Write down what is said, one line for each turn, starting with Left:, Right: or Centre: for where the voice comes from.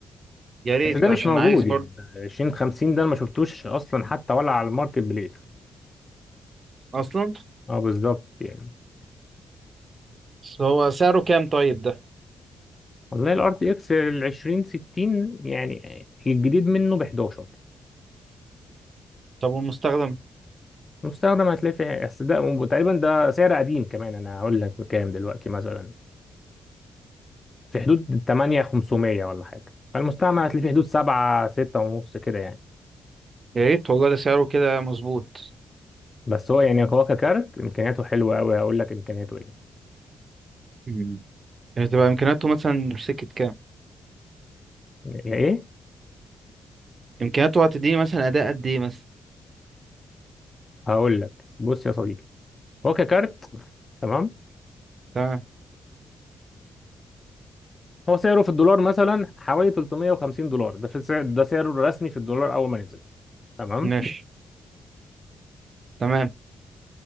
Right: يا ريت
Left: بس ده مش
Right: عشان
Left: موجود
Right: عايز برضه
Left: يعني عشرين خمسين ده أنا ما شفتوش اصلا حتى ولا على الماركت بليس
Right: اصلا
Left: اه بالظبط يعني
Right: بس هو سعره كام طيب ده
Left: والله الار تي اكس ال 2060 يعني الجديد منه ب 11
Right: طب والمستخدم
Left: مستخدم هتلاقي في بس ده تقريبا ده سعر قديم كمان انا هقول لك بكام دلوقتي مثلا في حدود 8500 ولا حاجه فالمستعمل هتلاقي في حدود 7 6 ونص كده يعني
Right: يا ريت والله ده سعره كده مظبوط
Left: بس هو يعني هو ككارت امكانياته حلوه قوي هقول لك امكانياته ايه
Right: مم. يعني تبقى امكانياته مثلا سكة كام
Left: يا ايه
Right: امكانياته هتديني مثلا اداء قد ايه مثلا
Left: هقول لك بص يا صديقي هو ككارت تمام
Right: تمام
Left: هو سعره في الدولار مثلا حوالي 350 دولار ده في السعر ده سعره الرسمي في الدولار اول ما نزل تمام
Right: ماشي تمام